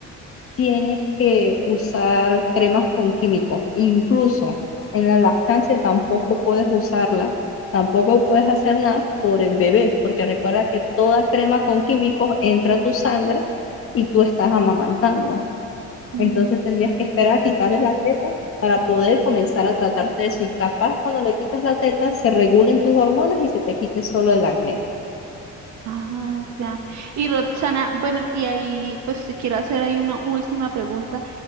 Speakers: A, on the left; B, on the right.
A: tienes que usar cremas con químicos. Incluso en la lactancia tampoco puedes usarla, tampoco puedes hacer nada por el bebé, porque recuerda que toda crema con químicos entra a tu sangre y tú estás amamantando.
B: ya.
A: Entonces tendrías que esperar a quitarle la teta para poder comenzar a tratarte de eso. Y capaz cuando le quites la teta se regulen tus hormonas y se te quite solo el acné.
B: Ah, ya. Y Roxana, bueno, y ahí pues te quiero hacer ahí una última pregunta.